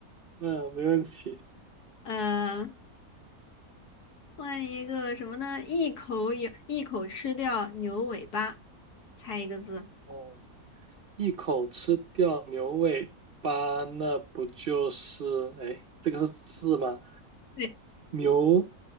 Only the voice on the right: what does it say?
嗯，没问题。
哦，一口吃掉牛尾巴，那不就是，哎，这个是字吗？
牛，